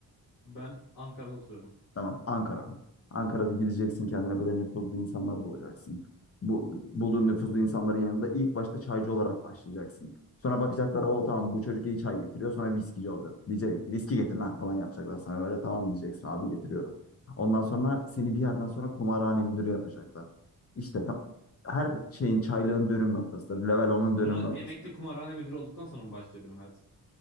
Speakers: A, on the left; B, on the left.
A: Ben Ankara'da oturuyorum.
B: Tamam, Ankara mı? Ankara'da gideceksin kendine böyle nüfuzlu insanlar bulacaksın. Bu bulduğun nüfuzlu insanların yanında ilk başta çaycı olarak başlayacaksın. Sonra bakacaklar o tamam bu çocuk iyi çay getiriyor sonra viskici olacaksın. Diyecek viski getir lan falan yapacaklar sana böyle tamam diyeceksin abi getiriyorum. Ondan sonra seni bir yerden sonra kumarhane müdürü yapacaklar. İşte tam, her şeyin çaylığın dönüm noktasıdır. Level onun dönüm
A: Sonra emekli
B: noktasıdır.
A: kumarhane müdürü olduktan sonra mı başlıyor benim hayat?